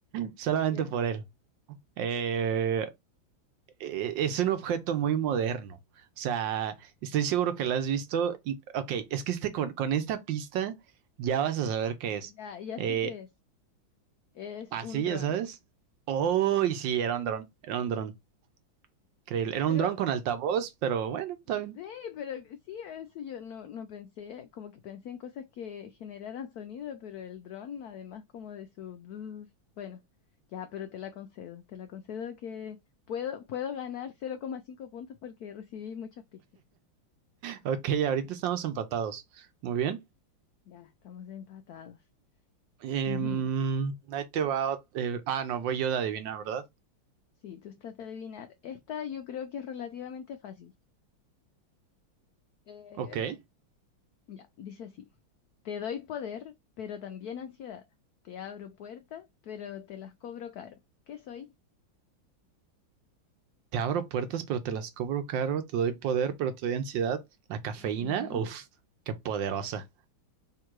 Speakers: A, on the right; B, on the left.
A: Solamente
B: Ya,
A: por él. Eh, e, es un objeto muy moderno. O sea, estoy seguro que lo has visto. Y, ok, es que este, con, con esta pista ya vas a saber qué es.
B: ya, ya
A: Eh,
B: sé qué es. Es
A: así,
B: un dron.
A: ya sabes. Oh, y sí, era un dron, era un dron. Increíble. Era
B: Pero,
A: un dron con altavoz, pero bueno, está
B: sí,
A: bien.
B: pero sí, eso yo no, no pensé. Como que pensé en cosas que generaran sonido, pero el dron, además, como de su. brr, Bueno, ya, pero te la concedo. Te la concedo que puedo, puedo ganar cero coma cinco puntos porque recibí muchas pistas.
A: Ok, ahorita estamos empatados. Muy bien.
B: Ya, estamos empatados.
A: Em,
B: Ujú.
A: ahí te va. ot- eh, ah, no, voy yo de adivinar, ¿verdad?
B: Sí, tú estás de adivinar. Esta yo creo que es relativamente fácil. Eh,
A: Ok.
B: ya, dice así. Te doy poder, pero también ansiedad. Te abro puertas, pero te las cobro caro. ¿Qué soy?
A: Te abro puertas, pero te las cobro caro, te doy poder, pero te doy ansiedad. La cafeína,
B: Ujú,
A: uff, qué poderosa.